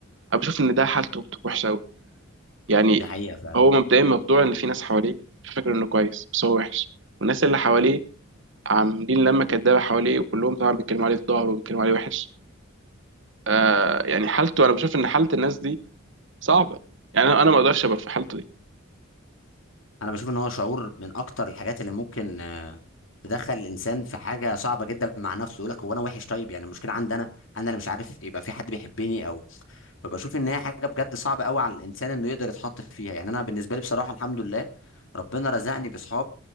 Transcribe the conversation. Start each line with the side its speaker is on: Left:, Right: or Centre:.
Right: انا بشوف ان ده حالته بتبقى وحشه قوي يعني
Left: دي حقيقة فعلا
Right: هو مبدئيا مخدوع ان في ناس حواليه فاكر انه كويس بس هو وحش والناس اللي حواليه عاملين لما كدابه حواليه وكلهم طبعا بيتكلموا عليه في ظهره وبيتكلموا عليه وحش آه يعني حالته انا بشوف ان حاله الناس دي صعبه يعني انا أنا ما اقدرش ابقى في حالته دي
Left: انا بشوف ان هو شعور من اكتر الحاجات اللي ممكن آه، تدخل الانسان في حاجة صعبة جدا مع نفسه يقول لك هو انا وحش طيب يعني المشكلة عندي انا انا اللي مش عارف يبقى في حد بيحبني او فبشوف ان هي حاجة بجد صعبة قوي على الانسان انه يقدر يتحط فيها يعني انا بالنسبة لي بصراحة الحمد لله ربنا رزقني بصحاب